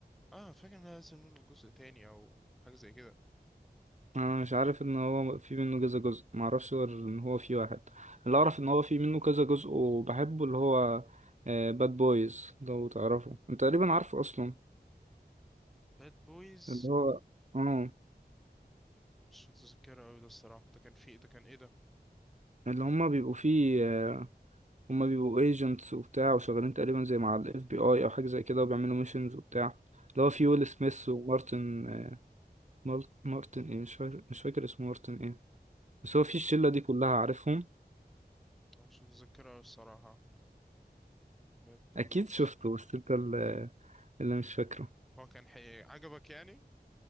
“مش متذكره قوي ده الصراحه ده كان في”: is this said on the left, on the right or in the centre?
Centre